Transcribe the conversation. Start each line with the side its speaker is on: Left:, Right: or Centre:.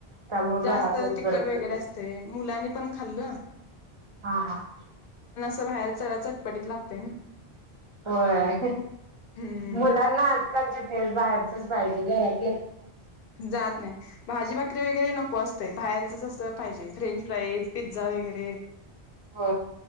Right: त्यामुळे
Left: जास्त
Right: घरातलंच
Left: तिकट
Right: बरं
Left: वगैरे
Right: पडतं
Left: असतय. मुलानी पण खाल्ल
Right: हां हां.
Left: बाहेर चढ चटपटत लागते ना
Right: होय
Left: हम्म
Right: मुलांना आजकालचे तेस बाहेरचच पाहिजे घरात
Left: जात नाही भाजी भाकरी वगैरे नको आहे बाहेरच असं पाहिजे फ्रेंच फ्राईज पिझ्झा वगैरे
Right: हो